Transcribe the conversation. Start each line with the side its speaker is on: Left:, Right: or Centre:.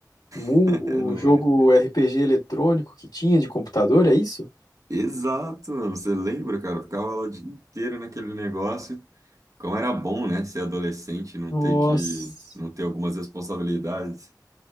Left: Mu-
Right: <laughs>
Left: O
Right: É, não
Left: jogo
Right: é?
Left: RPG eletrônico que tinha de computador, é isso?
Right: Exato, mano, você lembra, cara? Eu ficava lá o dia inteiro naquele negócio. Como era bom, né, ser adolescente, e não
Left: Nossa,
Right: ter que, não ter algumas responsabilidades.